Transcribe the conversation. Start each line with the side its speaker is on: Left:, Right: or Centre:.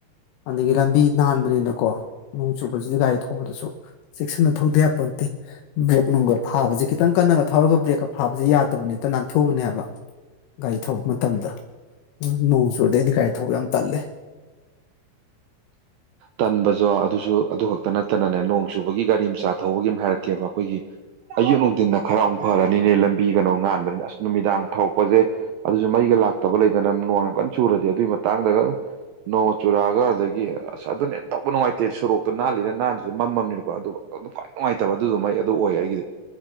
Left: ꯑꯗꯒꯤ ꯂꯝꯕꯤ ꯅꯥꯟꯕꯅꯤꯅꯀꯣ ꯅꯣꯡ ꯆꯨꯕꯁꯤꯗꯤ ꯒꯥꯔꯤ ꯊꯧꯕꯗꯁꯨ ꯆꯦꯛꯁꯤꯟꯅ ꯊꯧꯗ ꯌꯥꯄꯣꯟꯇꯦ ꯕ꯭ꯔꯦꯛ ꯅꯨꯡꯒ ꯐꯥꯕꯁꯤ ꯈꯤꯇꯪ ꯀꯟꯅꯒ ꯊꯧꯔꯒ ꯕ꯭ꯔꯦꯛꯀ ꯐꯥꯕꯁꯤ ꯌꯥꯗꯕꯅꯤ ꯍꯦꯛꯇ ꯅꯥꯟꯊꯨꯕꯅꯦ ꯍꯥꯏꯕ ꯒꯥꯔꯤ ꯊꯧꯕ ꯃꯇꯝꯗ ꯅꯣꯡ ꯆꯨꯨꯔꯗꯤ ꯑꯩꯗꯤ ꯒꯥꯔꯤ ꯊꯧꯕ ꯌꯥꯝ ꯇꯜꯂꯦ <inaudible>
Right: ꯇꯟꯕꯖꯣ ꯑꯗꯨꯁꯨ ꯑꯗꯨ ꯈꯛꯇ ꯅꯠꯇꯅꯅꯦ ꯅꯣꯡ ꯆꯨꯕꯒꯤ ꯒꯥꯔꯤ ꯃꯆꯥ ꯊꯧꯕꯒꯤ ꯑꯃ ꯍꯥꯏꯔꯛꯀꯦꯕ ꯑꯩꯈꯣꯏꯒꯤ ꯑꯌꯨꯛ ꯅꯨꯡꯊꯤꯟꯅ ꯈꯔ ꯑꯃꯨꯛ ꯐꯔꯅꯤꯅꯦ ꯂꯝꯕꯤ ꯀꯩꯅꯣ ꯉꯥꯟꯕꯅꯤꯅ ꯑꯁ ꯅꯨꯃꯤꯗꯥꯡ ꯊꯧꯔꯛꯄꯁꯦ ꯑꯗꯨꯁꯨ ꯃꯩꯒ ꯂꯥꯛꯇꯕ ꯂꯩꯗꯅ ꯅꯣꯡ ꯌꯥꯝ ꯀꯟ ꯆꯨꯔꯗꯤ ꯑꯗꯨꯏ ꯃꯇꯥꯡꯗꯒ ꯅꯣꯡ ꯆꯨꯔꯛꯑꯒ ꯑꯗꯒꯤ ꯑꯁ ꯑꯗꯨꯅ ꯍꯦꯟ ꯊꯧꯕ ꯅꯨꯡꯉꯥꯏꯇꯦ ꯁꯣꯔꯣꯛꯇꯣ ꯅꯥꯜꯂꯤꯔ ꯅꯥꯟꯗ꯭ꯔꯤꯔ ꯃꯝꯃꯃꯤꯅꯀꯣ ꯑꯗꯨꯝ ꯈ꯭ꯋꯥꯏ ꯅꯨꯡꯉꯥꯏꯇꯦ <unintelligible> ꯑꯗꯨꯗꯨꯃ ꯑꯩ ꯑꯗꯨ ꯑꯣꯏꯌꯦ ꯑꯩꯒꯤꯗꯤ